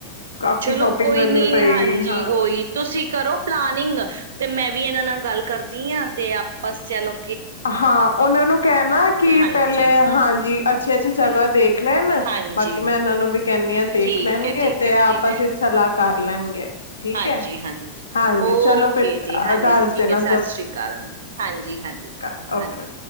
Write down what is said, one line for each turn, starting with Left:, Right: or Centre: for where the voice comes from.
Left: ਕਾਫ਼ੀ
Right: ਚਲੋ
Left: ਸ਼ੋਪਿੰਗ
Right: ਕੋਈ
Left: ਕਰਨੀ
Right: ਨੀ
Left: ਪਏਗੀ
Right: ਹਾਂਜੀ
Left: ਹਾਂ
Right: ਉਹੀ ਤੁਸੀਂ ਕਰੋ ਪਲਾਨਿੰਗ ਤੇ ਮੈਂ ਵੀ ਇਹਨਾਂ ਨਾਲ ਗੱਲ ਕਰਦੀ ਹਾਂ ਤੇ ਆਪਸ ਚਲੋ
Left: ਹਾਂ ਉਹਨਾਂ ਨੂੰ ਕਹਿਣਾ ਕਿ
Right: ਹਾਂਜੀ
Left: ਪਹਿਲੇ ਹਾਂਜੀ ਅੱਛੀ ਅੱਛੀ ਜਗ੍ਹਾ
Right: ਹਨਾ
Left: ਦੇਖ ਲੈਣ
Right: ਹਾਂਜੀ
Left: ਬਾਕੀ ਮੈਂ ਇਹਨਾਂ ਨੂੰ ਵੀ ਕਹਿੰਦੀ ਹਾਂ ਦੇਖ
Right: ਠੀਕ
Left: ਲੈਣਗੇ
Right: ਹੈ ਠੀਕ
Left: ਤੇ
Right: ਹੈ
Left: ਆਪਸ
Right: ਠੀਕ ਹੈ
Left: ਸਲਾ ਕਰ ਲੈਣਗੇ ਠੀਕ
Right: ਹਾਂਜੀ
Left: ਹੈ
Right: ਹਾਂਜੀ
Left: ਹਾਂਜੀ
Right: ਓਕੇ
Left: ਚਲੋ ਫਿਰ
Right: ਜੀ ਹਾਂਜੀ
Left: ਦੱਸ
Right: ਠੀਕ
Left: ਦੇਣਾ
Right: ਹੈ ਸਤਿ ਸ੍ਰੀ ਅਕਾਲ ਹਾਂਜੀ ਹਾਂਜੀ ਠੀਕ
Left: ਓਕੇ
Right: ਹੈ ਹਾਂਜੀ
Left: ਓਕੇ